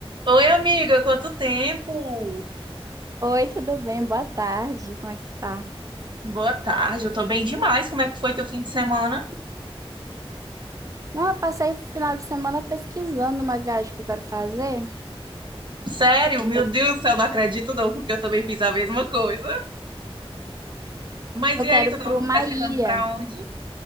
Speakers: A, on the right; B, on the right.
A: Oi, amiga, quanto tempo?
B: Oi, tudo bem? Boa tarde. Como é que tu tá?
A: Boa tarde, eu tô bem demais. Como é que foi teu fim de semana?
B: Não, eu passei o final de semana pesquisando uma viagem que eu quero fazer.
A: Sério, meu
B: Eu,
A: Deus do céu, não acredito não, porque eu também fiz a mesma coisa. Mas
B: eu
A: e
B: quero
A: aí, tu tava
B: para uma
A: pesquisando
B: ilha.
A: pra onde?